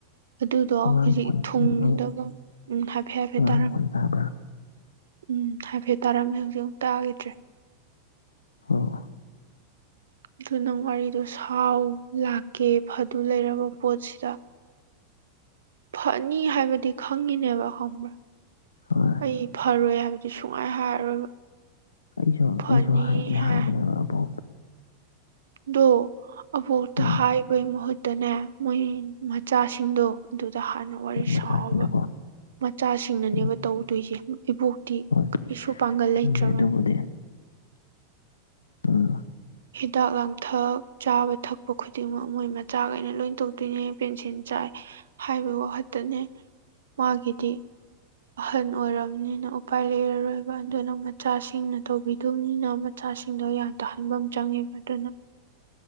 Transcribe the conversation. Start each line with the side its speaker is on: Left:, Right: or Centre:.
Right: ꯑꯗꯨꯗꯣ
Left: ꯑꯉꯥꯡ
Right: ꯍꯧꯖꯤꯛ
Left: ꯃꯈꯣꯟ
Right: ꯊꯨꯡꯗꯕ
Left: ꯎꯝ
Right: ꯎ ꯍꯥꯏꯐꯦꯠ ꯍꯥꯏꯐꯦꯠ
Left: ꯑꯉꯥꯡ
Right: ꯇꯥꯔꯝꯃꯤ
Left: ꯃꯈꯣꯟ ꯇꯥꯕ꯭ꯔꯥ
Right: ꯎꯝ ꯍꯥꯏꯐꯦꯠ ꯇꯥꯔꯝꯃꯦ ꯍꯧꯖꯤꯛ ꯑꯃꯨꯛ ꯇꯥꯈꯤꯗ꯭ꯔꯦ
Left: ꯑꯣ
Right: ꯑꯗꯨ ꯅꯪ ꯋꯥꯔꯤꯗꯣ ꯁꯥꯎ ꯂꯥꯛꯀꯦ ꯐꯗꯨ ꯂꯩꯔꯕ ꯄꯣꯠꯁꯤꯗ ꯐꯅꯤ ꯍꯥꯏꯕꯗꯤ ꯈꯪꯉꯤꯅꯦꯕ ꯈꯪꯕ꯭ꯔꯥ
Left: ꯍꯣꯏ
Right: ꯑꯩ ꯐꯔꯣꯏ ꯍꯥꯏꯕꯗꯤ ꯁꯨꯡꯍꯥꯏ ꯍꯥꯏꯔꯔꯣꯏꯕ
Left: ꯑꯩꯁꯨ
Right: ꯐꯅꯤ
Left: ꯑꯩꯁꯨ ꯍꯥꯏꯗꯤ
Right: ꯍꯥꯏ
Left: ꯍꯥꯏꯕꯅꯦꯕ ꯑꯕꯣ
Right: ꯗꯣ ꯑꯕꯣꯛꯇ
Left: ꯎꯝ
Right: ꯍꯥꯏꯕꯩ ꯃꯍꯨꯠ ꯇꯅꯦ ꯃꯣꯏ ꯃꯆꯥꯁꯤꯡꯗꯣ ꯑꯗꯨ ꯍꯥꯟꯅ ꯋꯥꯔꯤ
Left: ꯍꯣꯏ ꯃꯆꯥꯁꯤꯡꯗꯀꯣ
Right: ꯁꯥꯑꯣꯕ ꯃꯆꯥꯁꯤꯡꯅꯅꯦꯕ
Left: ꯑꯗꯨ
Right: ꯇꯧꯗꯣꯏꯁꯦ ꯏꯕꯣꯛꯇꯤ
Left: ꯍꯣꯏ
Right: ꯀꯔꯤꯁꯨ ꯄꯥꯡꯒꯜ
Left: ꯆꯨꯝꯃꯦ
Right: ꯂꯩꯇ꯭ꯔꯕꯅꯦ
Left: ꯑꯗꯨꯕꯨꯗꯤ ꯎꯝ
Right: ꯍꯤꯗꯥꯛ ꯂꯥꯡꯊꯛ ꯆꯥꯕ ꯊꯛꯄ ꯈꯨꯗꯤꯡꯃꯛ ꯃꯣꯏ ꯃꯆꯥꯈꯩꯅ ꯂꯣꯏ ꯇꯧꯗꯣꯏꯅꯦ ꯄꯦꯟꯁꯤꯟ ꯆꯥꯏ ꯍꯥꯏꯕꯩ ꯋꯥꯈꯠꯇꯅꯦ ꯃꯥꯒꯤꯗꯤ ꯑꯍꯜ ꯑꯣꯏꯔꯕꯔꯕꯅꯤꯅ ꯎꯄꯥꯏ ꯂꯩꯔꯔꯣꯏꯕ ꯑꯗꯨꯅ ꯃꯆꯥꯁꯤꯡꯅ ꯇꯧꯕꯤꯗꯕꯅꯤꯅ ꯃꯆꯥꯁꯤꯡꯗꯣ ꯌꯥꯟ ꯇꯥꯍꯟꯕ ꯑꯃ ꯆꯪꯉꯦꯕ ꯑꯗꯨꯅ